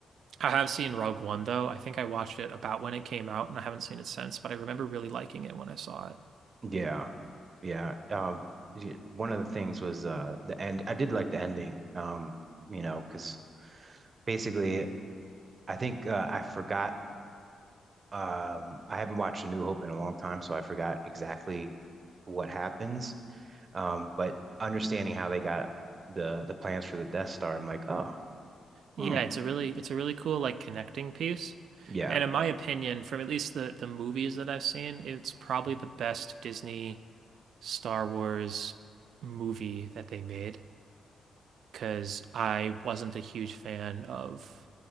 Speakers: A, on the right; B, on the right.
A: I have seen Rogue One though. I think I watched it about when it came out and I haven't seen it since, but I remember really liking it when I saw it.
B: Yeah. Yeah. Um, y- one of the things was uh the end. I did like the ending. Um, you know, because basically, I think uh, I forgot. Um, I haven't watched A New Hope in a long time, so I forgot exactly what happens. Um, but understanding how they got the the plans for the Death Star, I'm like, oh,
A: Yeah,
B: hmm,
A: it's a really it's a really cool like connecting piece.
B: yeah.
A: And in my opinion, from at least the the movies that I've seen, it's probably the best Disney Star Wars movie that they made because I wasn't a huge fan of